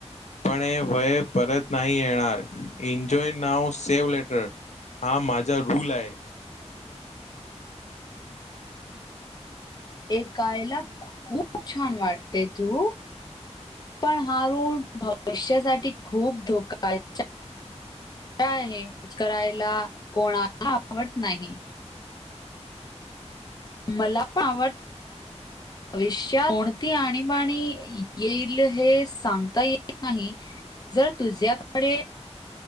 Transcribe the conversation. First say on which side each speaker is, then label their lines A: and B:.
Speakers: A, on the left; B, on the left.
A: पण हे वय परत नाही येणार. इनजॉय नाव सेव्ह लेटर, हा माझा रूल आहे.
B: एकायला खूप छान वाटते ध्रुव, पण हा रूल भविष्यासाठी खूप धोका आहे. <inaudible> करायला कोणाला आवडत नाही. मलापण आवड <inaudible> भविष्यात कोणती आणीबाणी येईल हे सांगता येत नाही. जर तुझ्याकडे